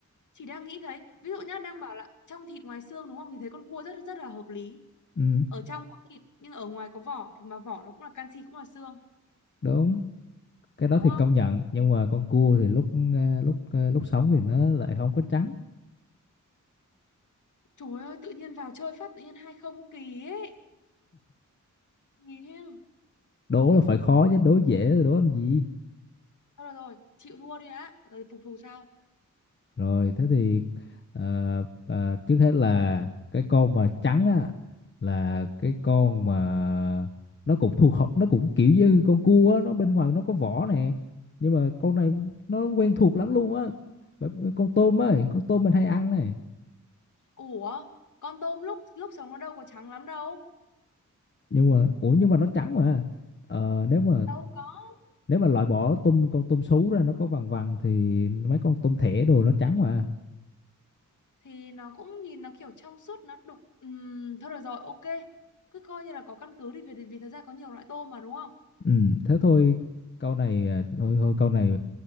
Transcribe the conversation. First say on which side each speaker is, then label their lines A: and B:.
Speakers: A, on the left (about 70°); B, on the left (about 35°).
A: Chị đang nghĩ thấy, ví dụ nhá, đang bảo là trong thịt ngoài xương đúng không? Thì thấy con cua rất rất là hợp lý.
B: Ừ,
A: Ở trong có thịt nhưng ở ngoài có vỏ thì mà vỏ nó cũng là canxi cũng là xương,
B: đúng. Cái đó
A: đúng
B: thì
A: không?
B: công nhận, nhưng mà con cua thì lúc ờ, lúc ờ, lúc sống thì nó lại không có trắng.
A: Trời ơi, tự nhiên vào chơi phát tự nhiên hai không kỳ ấy. Nhìn thế.
B: Đố là phải khó chứ đố dễ rồi đố làm gì?
A: Thôi rồi rồi, chịu thua đi đã, rồi phục thù sau.
B: Rồi thế thì ờ, ờ, trước hết là cái con mà trắng á là cái con mà nó cũng thuộc họ- nó cũng kiểu như con cua á, nó bên ngoài nó có vỏ nè. Nhưng mà con này nó quen thuộc lắm luôn á. Bởi- ờ, Con tôm ấy, con tôm mình hay ăn này.
A: Ủa, con tôm lúc lúc sống nó đâu có trắng lắm đâu.
B: Nhưng mà ủa nhưng mà nó trắng mà. Ờ, nếu mà
A: Đâu có.
B: nếu mà loại bỏ tôm con tôm sú ra nó có vằn vằn thì mấy con tôm thẻ đồ nó trắng mà.
A: Thì nó cũng nhìn nó kiểu trong suốt nó đục. Ừm, thôi được rồi, ok. Cứ coi như là có căn cứ đi vì vì thật ra có nhiều loại tôm mà đúng không?
B: Ừ, thế thôi câu này à, thôi thôi câu này